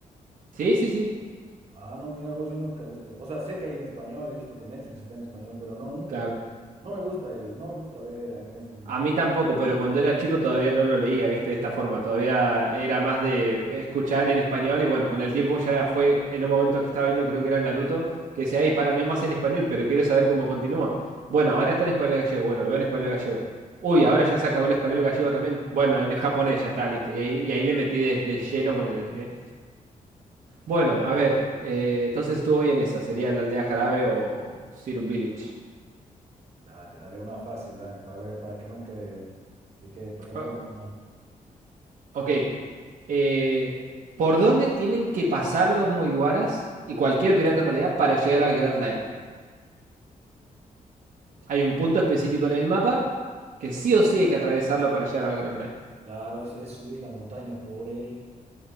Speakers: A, on the right; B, on the right.
A: sí, sí, sí,
B: Ah, no, mira vos, yo nunca he visto. O sea, sé que hay en español, he visto que Netflix está en español, pero no, nunca
A: claro.
B: la he visto. No me gusta el, no me gusta ver animes en...
A: A mí tampoco, pero cuando era chico todavía no lo leía, viste, de esta forma. Todavía era más de escuchar en español y bueno, con el tiempo ya fue en un momento que estaba viendo, creo que era Naruto, que decía, ay, para, no hay más en español, pero quiero saber cómo continúa. Bueno, ahora está en español gallego, bueno, lo veo en español gallego. Uy, ahora ya se acabó el español gallego también. Bueno, en japonés ya está, listo. Y ahí, y ahí me metí de, de lleno con el anime. Bueno, a ver, eh, entonces estuvo bien esa, sería la aldea Jarabe o Zero Village.
B: Dale, dale, una fácil, dame, para ver, para que no quede, que quede, para que no
A: Ah,
B: quede mal.
A: Ok. eh, ¿por dónde tienen que pasar los Mugiwaras y cualquier pirata en realidad para llegar al Grand Line? Hay un punto específico en el mapa que sí o sí hay que atravesarlo para llegar al Grand Line.
B: Claro, es, es subir la montaña por el...